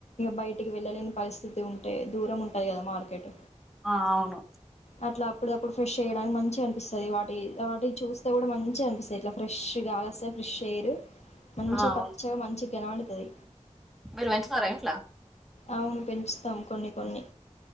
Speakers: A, on the left (about 65°); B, in the centre.
A: బయటికి వెళ్లలేం పరి ఉంటే దూరం ఉంటాది కదా మార్కెట్
B: ఆ అవును
A: అట్లా అప్పుడప్పుడు ఫ్రెష్ చేయడానికి మంచిగా అనిపిస్తుంది వాటి వాటి చూస్తే కూడా మంచిగా అనిపిస్తుంది ఇట్లా ఫ్రెష్ కాగాస్తే ఫ్రెష్ ఎయిర్ మంచి
B: ఆ, అవును.
A: పచ్చగా మంచి కనబడుతది
B: మీరు పెంచుతారా ఇంట్లో
A: అవును పెంచుతాం కొన్ని కొన్ని